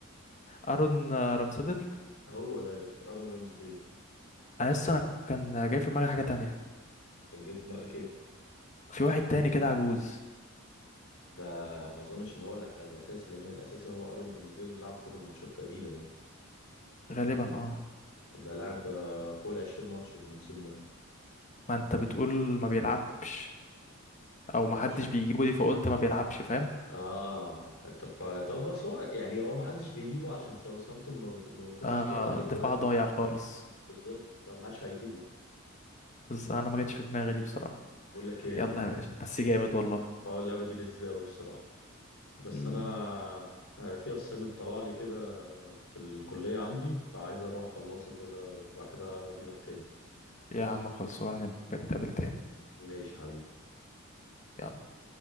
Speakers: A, on the left; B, on the left.
A: أرون آه، رامسدل
B: هو ده يا باشا ارون رامسديل
A: أنا لسه أنا كان جاي في دماغي حاجة تانية
B: كان جاي في دماغك
A: في واحد تاني كده عجوز
B: ده ما اظنش ان هو اللي هي- الاساسي لان الاساسي هو ارون رامسديل اللي لعب كل الماتشات تقريبا يعني
A: غالبا اه
B: ده لعب آه، فوق ال 20 ماتش الموسم ده ما
A: ما انت بتقول ما بيلعبش او
B: بيلعبش
A: ما حدش بيجيبه دي فقلت ما بيلعبش فاهم
B: اه انت ف... طب بس هو يعني هو ما حدش بيجيبه عشان ساوثهامبتون ما بت- ما بيخشش
A: آه
B: فيها غير اجوان
A: دفاع ضايع خالص
B: بالظبط فما حدش هيجيبه
A: بس انا ما جاتش في دماغي دي بصراحة
B: بقول لك ايه
A: يلا يا باشا بس جامد والله
B: اه اللعبه دي لذيذه قوي الصراحه بس
A: مم.
B: انا آه، في اسايمنت طلع لي كده في الكليه عندي فعايز اروح اخلصه كده وبعد كده اجي لك تاني
A: يا عم خلصونا نبقى نتقابل تاني
B: ماشي يا حبيبي
A: يلا